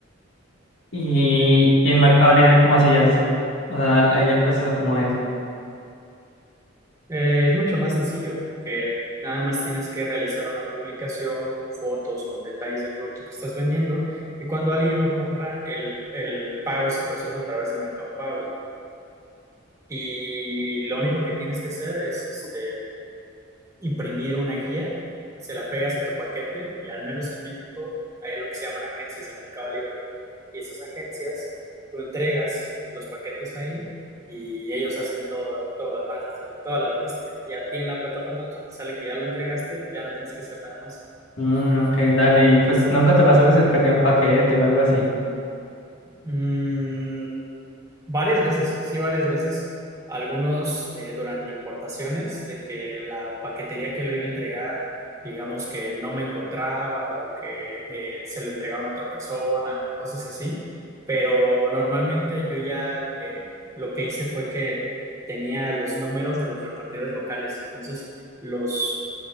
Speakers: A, on the left (about 65°); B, on the right (about 15°).
A: Y, y en Mercado Libre, ¿cómo hacías? O sea, ahí el proceso, ¿cómo es?
B: Eh, es mucho más sencillo porque nada más tienes que realizar una publicación con fotos, con detalles del producto que estás vendiendo y cuando alguien lo compra, el, el pago se procesa a través de Mercado Pago y lo único que tienes que hacer es este, imprimir una guía, se la pegas a tu paquete y al menos en México hay lo que se llaman agencias de Mercado Libre y esas agencias, tú entregas los paquetes ahí y ellos hacen todo, todo lo demás, o sea, toda la logística. Y a ti en la plataforma te sale que ya lo entregaste, ya no tienes que hacer nada más.
A: Mm, ok, dale. Y pues nunca te pasó que se perdió un paquete o algo así.
B: Mm, Varias veces, sí, varias veces. Algunos eh, durante importaciones, de que la paquetería que lo iba a entregar, digamos que no me encontraba o que eh, se lo entregaban a otra persona o cosas así. Pero normalmente yo ya eh, lo que hice fue que tenía los números de los repartidores locales. Entonces, los,